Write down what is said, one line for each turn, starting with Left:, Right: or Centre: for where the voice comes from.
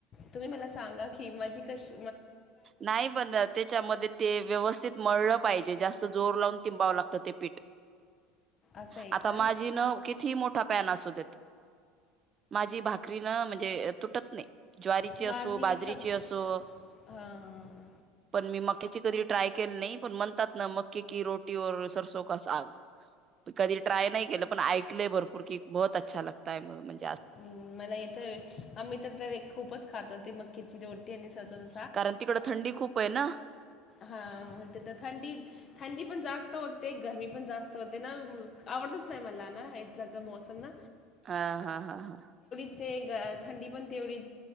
Left: तुम्ही मला सांगा की माझी कशी
Right: नाही पण त्याच्यामध्ये ते व्यवस्थित मळं पाहिजे जास्त जोर लावून तिंबावं लागतं ते पीठ.
Left: असं आहे
Right: आता
Left: का
Right: माझी न किती मोठा पॅन असू देत. माझी भाकरी न म्हणजे तुटत नाही. ज्वारीची
Left: तर
Right: असो,
Left: माझी
Right: बाजरीची
Left: थोडंसं सग
Right: असो
Left: पाणी हां.
Right: पण मी मक्याची कधी ट्राय केली नाही. पण म्हणतात, ना मकी की रोटी ओर सरसो का साग. कधी ट्राय नाही केलं. पण ऐकलय भरपर की, बहोत अच्छा लागताय म म्हण
Left: हम मला येतय, आम्ही तर खूपच खातो ती मक्याची रोटी आणि सरसोचं
Right: कारण तिकडं थंडी खूप आहे ना.
Left: हा मा तर थंडी थंडी पण जास्त होते, गरमी पण जास्त होते ना. आवडतच नाही, मला ना इथलाचा मोसम ना
Right: हा हा हा हा
Left: चे ग थंडी पण तेवढी